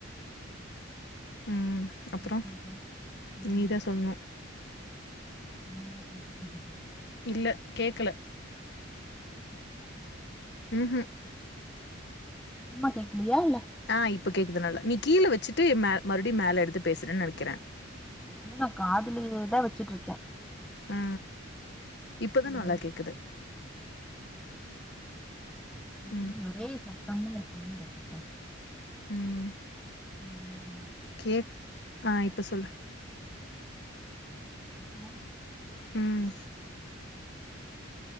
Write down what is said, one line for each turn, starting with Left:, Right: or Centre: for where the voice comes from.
Left: ம் அப்புறோ
Centre: அப்புறம்க்கா ம்.
Left: நீதா சொல்ணு
Centre: <inaudible>
Left: இல்ல கேக்கல
Centre: <inaudible>
Left: ம் ஹு
Centre: சுத்தமா கேக்குலியா இல்ல
Left: அ இப்ப கேக்குது நல்ல நீ கீழ வெச்சுட்டு மே மறுடி மேல எடுத்து பேசுற நெனக்கிற
Centre: இன்னு நா காதுலேதா வெச்சுட்ருக்கே
Left: அ இப்பதா
Centre: ஆ,
Left: நல்லா கேக்குது
Centre: பின்னாடி
Left: ம்
Centre: ஒரே சத்தமா இருக்கமாருக்குக்கா
Left: ம்
Centre: ம் ம் ம்
Left: கேக் அ இப்ப சொல்லு
Centre: <inaudible>
Left: ம்